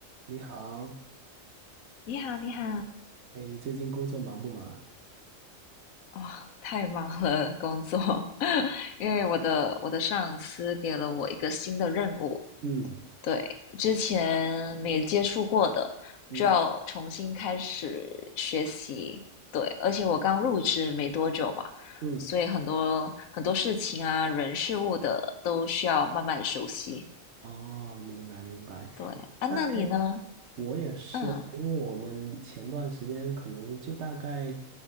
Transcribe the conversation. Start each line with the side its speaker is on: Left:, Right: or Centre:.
Right: 你好，
Left: 你好，你好，
Right: 哎，最近工作忙不忙？
Left: 哇、太忙了，工作，<laughs> 因为我的我的上司给了我一个新的任务，
Right: 嗯
Left: 对，之前没接触过的，
Right: 嗯
Left: 就要重新开始学习，对，而且我刚入职没多久嘛，
Right: 嗯，
Left: 所以很多很多事情啊，人事物的都需要慢慢熟悉，
Right: 哦，明白明白。
Left: 对，啊，
Right: 那可以，
Left: 那你呢？
Right: 我也是啊，
Left: 嗯，
Right: 因为我们前段时间可能就大概，